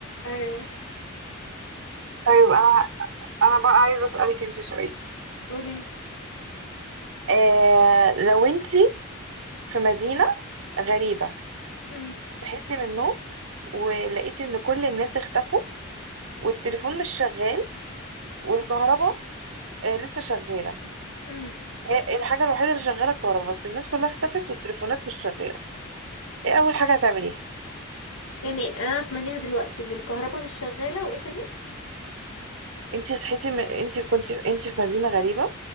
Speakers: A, on the left; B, on the right.
A: ايوه
B: طيب انا انا بقى عايزة اسألك انتي سؤال
A: قوليلي
B: آه لو انتي في مدينة غريبة
A: امم
B: صحيت من النوم ولقيت ان كل الناس اختفوا والتليفون مش شغال والكهرباء آه، لسه شغالة
A: امم
B: هي الحاجة الوحيدة اللي شغالة الكهرباء بس الناس كلها اختفت والتليفونات مش شغالة ايه أول حاجة هتعمليها
A: يعني انا في مدينة دلوقتي والكهرباء مش شغالة وايه تاني
B: انتي صحيتي من... انتي كنت انتي في مدينة غريبة